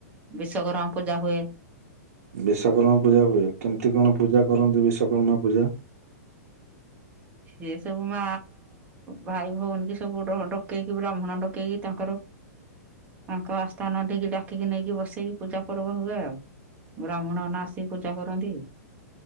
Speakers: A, on the right (about 15°); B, on the right (about 65°).
A: ବିଶ୍ଵକର୍ମା ପୂଜା ହୁଏ।
B: ବିଶ୍ଵକର୍ମା ପୂଜା ହୁଏ କେମିତି କଣ ପୂଜା କରନ୍ତି ବିଶ୍ଵକର୍ମା ପୂଜା
A: ଏ ସବୁ ମା ଭାଇ ଭଉଣୀ କି ସବୁ ଡକେଇକି ବ୍ରାହ୍ମଣ ଡକେଇକି ତାଙ୍କର ତାଙ୍କ ଆ ସ୍ଥାନ ଟିକି ଡାକିକି ନେଇକି ବସେଇକି ପୂଜା ପର୍ବ ହୁଏ ଆଉ ବ୍ରାହ୍ମଣ ନନା ଆସି ପୂଜା କରନ୍ତି